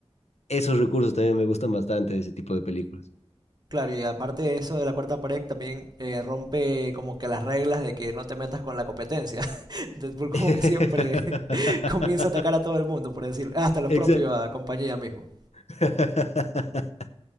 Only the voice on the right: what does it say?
Claro, y aparte de eso de la cuarta pared también eh, rompe como que las reglas de que no te metas con la competencia. Entonces, por- como
que siempre <laughs> comienza a atacar a todo el mundo, por decir, hasta los
propios a compañía mismo.